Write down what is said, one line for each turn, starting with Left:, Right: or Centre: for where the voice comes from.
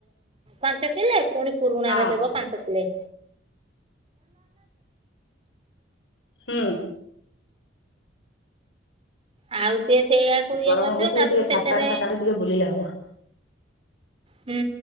Right: ପାଞ୍ଚ କିଲେ, ପୁଣି ପୁରୁଣାରେ
Left: ହଁ
Right: ଦେବ ପାଞ୍ଚ କିଲେ।
Left: ହୁଁ।
Right: ଆଉ ସିଏ ସେଇଆକୁ ଇଏ
Left: ଗରମ
Right: କରିଥିବେ,
Left: ହଉଛି
Right: ତାପରେ
Left: ଟିକେ ଛାତ
Right: ସେଥିରେ
Left: ଆଡେ ଫାତ ଆଡେ ଟିକେ ବୁଲିଲେ ହବ।
Right: ହୁଁ